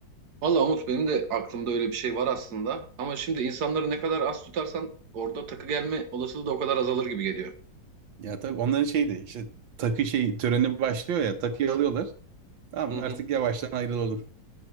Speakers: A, on the right (about 55°); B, on the right (about 80°).
A: Valla Umut benim de aklımda öyle bir şey var aslında. Ama şimdi insanları ne kadar az tutarsan orada takı gelme olasılığı da o kadar azalır gibi geliyor.
B: Ya tabii onların şeydi işte takı şey töreni başlıyor ya takıyı alıyorlar. Tamam
A: Hı hı.
B: artık yavaştan ayrılalım.